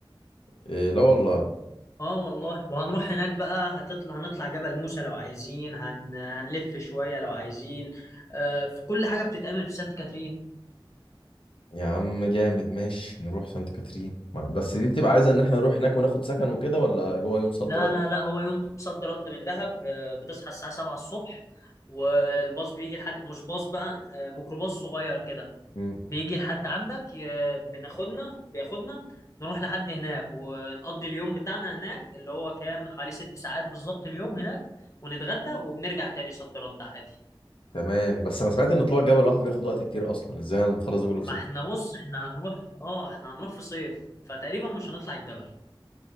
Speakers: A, on the left; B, on the left.
A: إيه لا والله
B: اه والله وهنروح هناك بقى هتطلع هنطلع جبل موسى لو عايزين هن... هنلف شوية لو عايزين آه في كل حاجة بتتعمل في سانت كاترين
A: يا عم جامد ماشي نروح سانت كاترين ما- بس دي بتبقى عايزة ان احنا نروح هناك وناخد سكن وكده ولا هو يوم صد
B: لا
A: رد
B: لا لا هو يوم صد رد من دهب آه بتصحى الساعة 7 الصبح والباص بيجي لحد مش باص بقى آه ميكروباص صغير كده
A: مم.
B: بيجي لحد عندك ي... بناخدنا بياخدنا نروح لحد هناك ونقضي اليوم بتاعنا هناك اللي هو كام حوالي ست ساعات بالظبط اليوم هناك ونتغدى وبنرجع تاني صد رد عادي
A: تمام بس انا سمعت ان طلوع الجبل لوحده بياخد وقت كتير اصلا ازاي هنخلص ده كله
B: ما
A: في ستة
B: احنا بص احنا هنروح اه احنا هنروح في صيف فتقريبا مش هنطلع الجبل